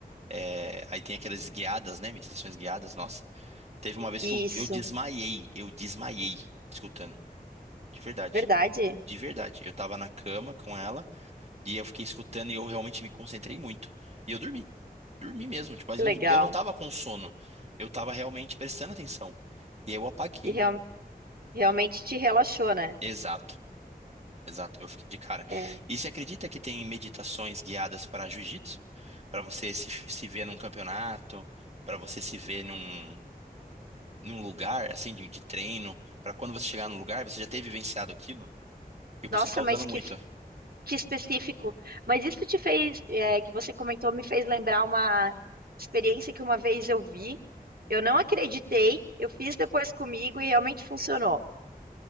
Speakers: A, on the right; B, on the right.
A: é, aí tem aquelas guiadas, né? Meditações guiadas, nossa. Teve uma vez
B: Isso.
A: que eu, eu desmaiei, eu desmaiei escutando. De verdade.
B: Verdade?
A: De verdade. Eu tava na cama com ela e eu fiquei escutando e eu realmente me concentrei muito. E eu dormi dormi mesmo, tipo, mas
B: Que
A: não-
B: legal.
A: eu não tava com sono. Eu tava realmente prestando atenção. E aí eu apaguei,
B: E real-
A: mano.
B: realmente te relaxou, né?
A: Exato, exato. Eu fiquei de cara.
B: É.
A: E você acredita que tem meditações guiadas para jiu-jitsu? Para você se, se ver num campeonato, para você se ver num, num lugar, assim, de, de treino, para quando você chegar no lugar, você já ter vivenciado aquilo? E o pessoal
B: Nossa,
A: tá usando
B: mas
A: muito.
B: que, que específico. Mas isso te fez, é, que você comentou, me fez lembrar uma experiência que uma vez eu vi. Eu não acreditei, eu fiz depois comigo e realmente funcionou.